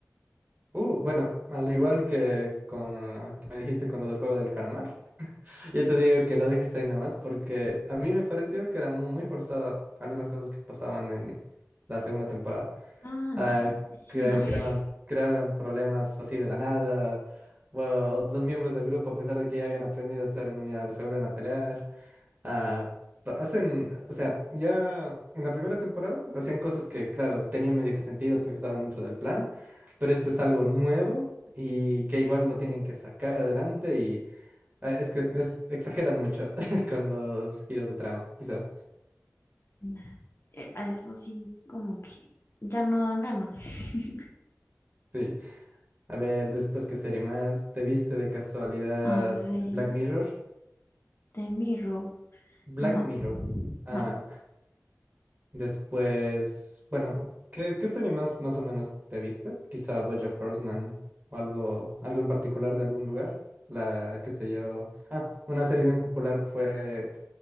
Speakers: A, on the right (about 35°); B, on the left (about 50°).
A: Uh, bueno, al igual que con que me dijiste con lo del juego del calamar, <laughs> yo te digo que lo dejes ahí nada más porque a mí me pareció que eran muy, muy forzadas algunas cosas que pasaban en la segunda temporada.
B: Ah, no,
A: ah,
B: sí, sí,
A: cre-
B: no. <laughs>
A: creaban, creaban problemas así de la nada. o los miembros del grupo, a pesar de que ya habían aprendido a estar en unidad, se vuelven a pelear. ah, pa- hacen, o sea, ya en la primera temporada hacían cosas que, claro, tenían medio que sentido porque estaban dentro del plan, pero esto es algo nuevo y que igual lo tienen que sacar adelante y ah, es que es- exageran mucho <laughs> con los giros de trama, quizá.
B: Nah, eh, a eso sí, como que ya no dan ganas. <laughs>
A: Sí. A ver, después, ¿qué serie más? ¿Te viste de casualidad
B: A ver,
A: Black Mirror?
B: The Mirror,
A: Black
B: No,
A: Mirror. Ah,
B: no,
A: después, bueno, ¿qué, qué serie más, más o menos te viste? Quizá BoJack Horseman o algo, algo en particular de algún lugar. La, qué sé yo. Ah, una serie bien popular fue